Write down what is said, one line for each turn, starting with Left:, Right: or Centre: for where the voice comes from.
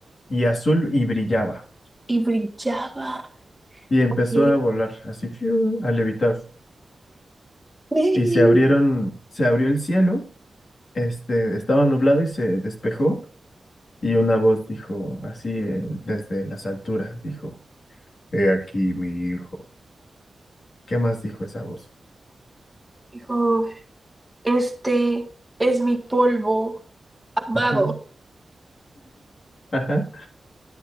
Left: y azul y brillaba.
Centre: y brillaba,
Left: Y empezó
Centre: ok.
Left: a volar así, fiu, a levitar.
Centre: Ey,
Left: Y se abrieron, se abrió el cielo Este, estaba nublado y se despejó y una voz dijo, así eh, desde las alturas, dijo, He aquí mi hijo. ¿qué más dijo esa voz?
Centre: Dijo, este es mi polvo amado.
Left: Ajá, ajá.